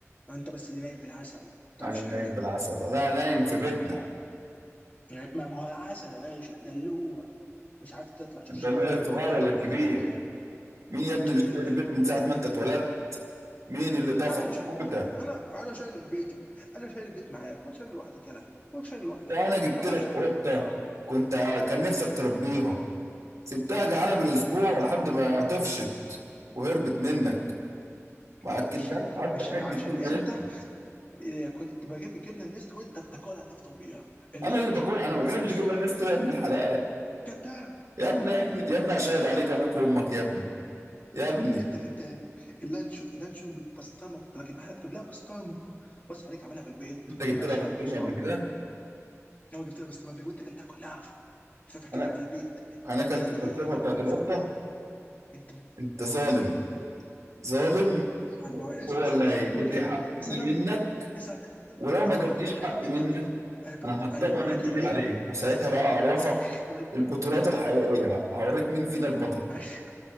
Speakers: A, on the left; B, on the right.
A: انت بس اللي نايم في العسل ما تعرفش
B: انا نايم
A: حاجه
B: في العسل لا نايم في بيتنا
A: يعني ما ما هو العسل يا باشا دلوع مش عارف تطلع تشوف
B: انت
A: شغلانه
B: لا الصغير
A: ولا تتجوز
B: ولا الكبير
A: تعمل اي حاجه
B: مين يا ابني
A: الكبير
B: اللي
A: الدلوع
B: شايل البيت من ساعة ما انت اتولدت مين اللي طفح
A: انا اللي شايل
B: قوتة
A: البيت انا انا شايل البيت انا شايل البيت معاك وانت شايل لوحدك يلا وانت شايل لوحدك
B: ده
A: أنت
B: انا جبت
A: ما تعرفش
B: لك
A: تعمل
B: قطة
A: حاجه لوحدك
B: كنت ع- كان نفسك تربيها سبتها جعانة بالاسبوع لحد ما طفشت وهربت منك ما اكلتهاش
A: تفشط
B: حتى
A: عشان
B: حتة
A: عشان
B: جبنة
A: انت
B: نستو
A: إيه، كنت بجيب الجبنه النست وانت بتاكلها تفطر بيها اللانشون
B: انا اللي باكل انا
A: كنت
B: ما
A: بصحى
B: بحبش
A: الصبح
B: جبنة نستو يا ابن الحلال
A: كذاب
B: يا
A: كذاب
B: ابني يا ابني اشهد عليك ابوك وامك يا ابني يا ابني
A: إيه إيه انت كذاب اللانشون اللانشون بالبسطرمه كنت بجيبها لك، بجيب لها بسطرمه بصحى عليك عاملها بالبيض
B: انت جبت
A: ما تعرفش
B: لها بسطرمة
A: بقى انت واصحابك
B: قبل كده
A: هو جبتها بس لما وانت اكلتها كلها فاكر
B: انا
A: اكل البيت
B: انا اكلت
A: يا يا
B: البسطرمة
A: يا
B: بتاعت
A: بابا مفجوع
B: القطة
A: انت
B: انت ظالم ظالم
A: ظالم هو اس-
B: هو
A: اسال
B: اللي هيجيب
A: اسال امك
B: لي
A: هلا
B: حقي
A: اسال
B: منك
A: امك اسال
B: ولو
A: اه
B: ما جبتيش
A: ايوه
B: حقي
A: اهبط
B: منك
A: بقى اهبط
B: انا هضطر
A: ايوه
B: امد
A: هتعمل
B: ايدي
A: ايه؟
B: عليك وساعتها بقى اعرفك
A: اخرج
B: البطولات الحقيقيه بقى هوريك مين فينا البطل
A: اخرج